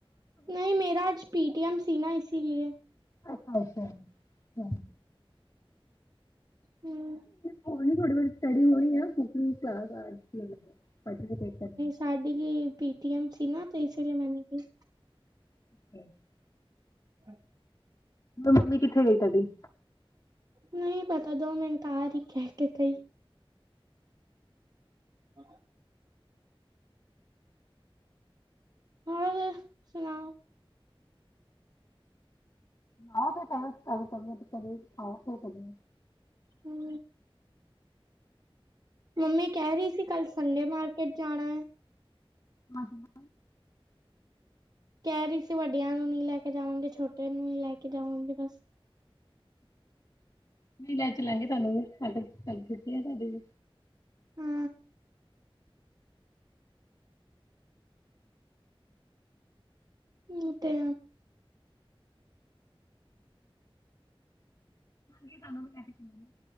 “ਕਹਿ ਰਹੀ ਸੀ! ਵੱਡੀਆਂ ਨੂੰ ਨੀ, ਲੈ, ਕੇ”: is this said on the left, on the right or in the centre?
Right